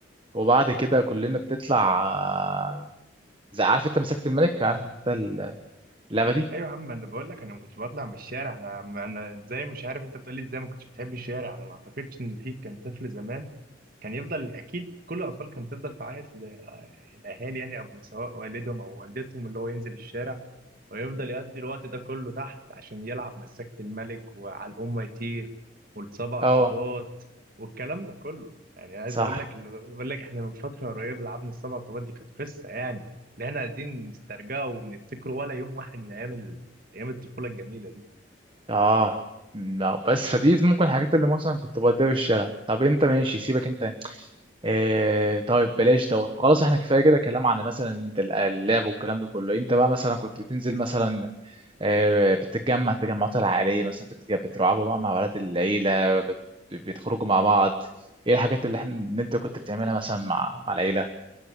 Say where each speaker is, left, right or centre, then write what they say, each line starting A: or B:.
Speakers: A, on the right (about 30°); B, on the right (about 50°).
A: وبعد كده كلنا بنطلع آه، زي عارف انت مسكت الملك عارف انت اللعبه دي
B: ايوه يا عم انا بقول لك انا ما كنتش بطلع من الشارع انا انا ازاي مش عارف انت بتقول لي ازاي ما كنتش بتحب الشارع انا ما اعتقدش ان في كان طفل زمان كان يفضل اكيد كل الاطفال كانت تفضل تعيط للاهالي يعني أو سواء والدهم او والدتهم اللي هو ينزل الشارع ويفضل يقضي الوقت ده كله تحت عشان يلعب مسكت الملك وعلى الام يطير والسبع
A: اه
B: طوبات والكلام ده كله يعني عايز
A: صح
B: اقول لك اللي بقول لك احنا من فتره قريبه لعبنا السبع طوبات دي كانت قصه يعني اللي احنا عايزين نسترجعه ونفتكره ولا يوم واحد من ايام ال... ايام الطفوله الجميله دي
A: اه لا بس فدي ممكن الحاجات اللي مثلا كنت بوديها في الشارع طب انت ماشي سيبك انت اه طيب بلاش دوت خلاص احنا كفايه كده كلام عن مثلا انت ال- اللعب والكلام ده كله انت بقى مثلا كنت بتنزل مثلا اه بتتجمع التجمعات العائليه مثلا بت- بتلعبوا بقى مع ولاد العيله بت- بتخرجوا مع بعض ايه الحاجات اللي احنا اللي انت كنت بتعملها مثلا مع مع العيله